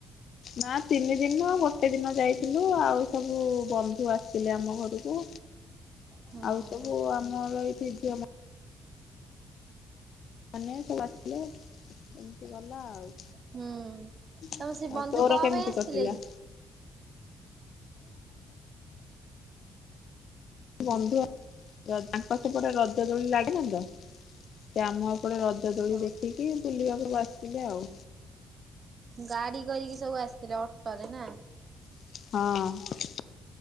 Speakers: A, on the left; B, on the right.
A: ନା ତିନି ଦିନ୍ ମୁଁ ଗୋଟେ ଦିନ ଯାଇଥିଲୁ ଆଉ ସବୁ ବନ୍ଧୁ ଆସିଥିଲେ ଆମ ଘରକୁ।
B: ହୁଁ
A: ଆଉ ସବୁ ଆମର ଏଇଠି ଝିଅମା ମାନେ ସବୁ ଆସିଲେ। ଏମିତି ଗଲା ଆଉ।
B: ହୁଁ। ତମେ
A: ଆଉ
B: ସେ ବନ୍ଧୁ
A: ତୋର
B: କଣ
A: କେମିତି
B: ପାଇଁ ଆସିଥିଲେ
A: କଟିଲା?
B: କି?
A: ବନ୍ଧୁ। ତାଙ୍କ ସେପଟେ ରଜ ଦୋଳି ଲାଗନା ତ। ସେ ଆମ ପଟେ ରଜ ରଜ ଦୋଳି
B: ହଁ
A: ଦେଖିକି ବୁଲିବାକୁ ଆସିଥିଲେ ଆଉ।
B: ଗାଡି କରିକି ସବୁ ଆସିଥିଲେ ଅଟୋରେ ନା।
A: ହଁ।